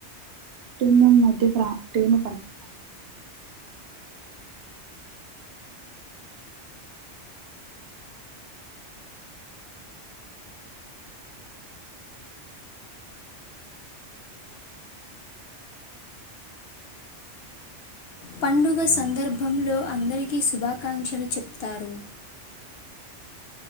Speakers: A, on the right (about 65°); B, on the left (about 60°).
A: కుటుంబం మధ్యపా ప్రేమ పాంచు
B: పండుగ సందర్భంలో అందరికీ శుభాకాంక్షలు చెప్తారు.